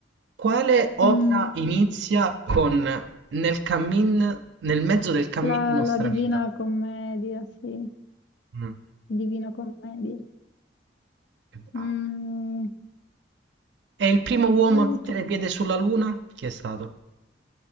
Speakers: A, on the right; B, on the left.
A: Quale opera
B: Mm,
A: inizia con nel cammin, nel mezzo del cammin
B: la,
A: di nostra
B: la Divina
A: vita?
B: Commedia, sì,
A: Mm,
B: Divina Commedia.
A: Che bravo.
B: Mm,
A: È il primo uomo
B: aiuto.
A: a mettere piede sulla Luna? Chi è stato?